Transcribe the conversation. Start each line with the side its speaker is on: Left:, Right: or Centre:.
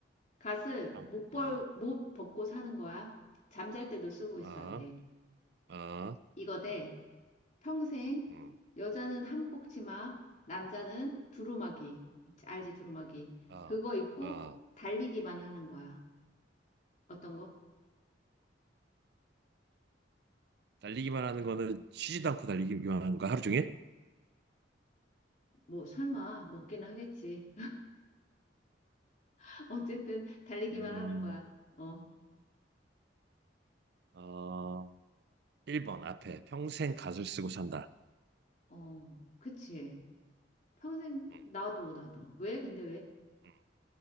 Left: 갓을
Right: 아,
Left: 못 벌,
Right: 아,
Left: 못 벗고 사는 거야. 잠잘 때도 쓰고 있어야
Right: 아,
Left: 돼.
Right: 아,
Left: 이거 대 평생
Right: 음,
Left: 여자는 한복 치마, 남자는 두루마기. 알지, 두루마기.
Right: 아,
Left: 그거 입고
Right: 아.
Left: 달리기만 하는 거야. 어떤 거?
Right: 달리기만 하는 거는 쉬지도 않고 달리기만 하는 거 하루 종일?
Left: 뭐 설마 먹기는 하겠지. <laughs> 어쨌든 달리기만
Right: 음,
Left: 하는 거야. 어,
Right: 어, 1번 앞에 평생 갓을 쓰고 산다.
Left: 어, 그치. 평생
Right: 음,
Left: 나도 나도. 왜? 근데 왜?
Right: 음.